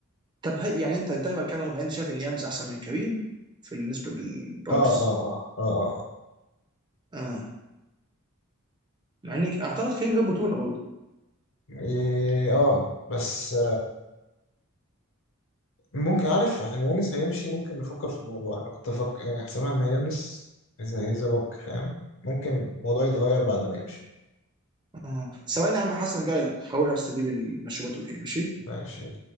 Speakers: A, on the right; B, on the left.
A: طب هي يعني انت دايما كان هو انت شايف ان يانز احسن من كريم في بالنسبه للبوكس
B: اه اه اه اه اه, آه.
A: اه مع انك اعتقد كريم جاب بطوله برضه
B: إيه، آه. بس ممكن عارف عشان يانس هيمشي ممكن نفكر في الموضوع انا كنت افكر يعني حسبها ان يانس اذا هيزبك فاهم ممكن الموضوع يتغير بعد ما يمشي
A: اه ثواني يا عم حسن جاي لك هروح استجيب المشروبات وجاي ماشي
B: ماشي